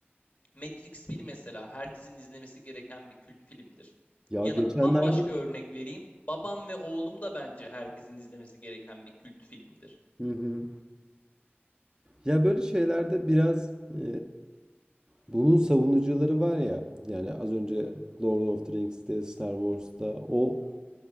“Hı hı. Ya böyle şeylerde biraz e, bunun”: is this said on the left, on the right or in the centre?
Right